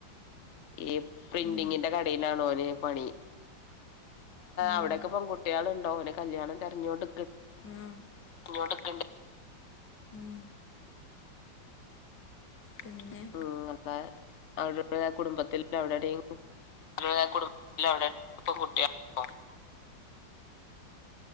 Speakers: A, on the left; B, on the left.
A: ഏ പ്രിന്റിങ്ങിന്റെ
B: ഉം
A: കടയിലാണ് ഓന് പണി
B: ഉം
A: അവിടൊക്കെ പെൺകുട്ട്യാള് ഓനെ കല്യാണം തെര്ഞ്ഞണ്ട്
B: ആ ഉ ഇങ്ങോട്ടൊക്കെണ്ട് ഉ പിന്നെ
A: ഉ അല്ല അവ്ടെ കുടുംബത്തിൽ അവിടെടെയും
B: ഇങ്ങളെ കുടുംബത്തിൽ പെൺകുട്ടികൾ ഉണ്ടോ